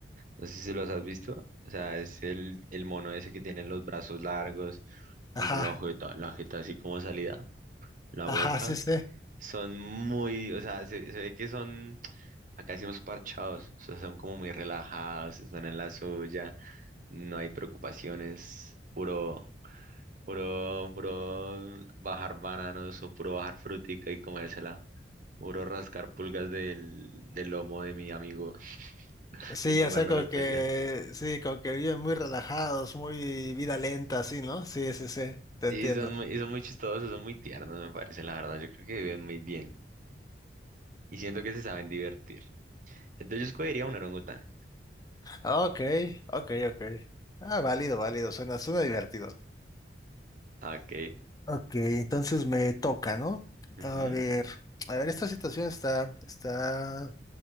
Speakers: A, on the right (about 45°); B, on the left (about 20°).
A: No sé si los has visto. O sea, es el, el mono ese que tiene los brazos largos, tiene
B: Ajá,
A: la jeta, la jeta así como salida, la
B: ajá,
A: boca
B: sí, sí.
A: Son muy, o sea, se, se ve que son, acá decimos parchados, o sea, son como muy relajados, están en la suya, no hay preocupaciones, puro, puro, puro bajar bananos o puro bajar frutica y comérsela, puro rascar pulgas del, del lomo de mi amigo <laughs>
B: Sí,
A: y comérmelas
B: o sea, como
A: todo
B: que,
A: el día.
B: sí, como que viven muy relajados, muy vida lenta, así, ¿no? Sí, sí, sí, te
A: Y
B: entiendo.
A: son muy, y son muy chistosos, son muy tiernos, me parece, la verdad, yo creo que viven muy bien y siento que se saben divertir. Entonces yo escogería un orangután.
B: Ok, ok, ok. Ah, válido, válido, suena, suena divertido.
A: Ok.
B: Ok, entonces me toca, ¿no?
A: ujú.
B: A ver, a ver, esta situación está, está,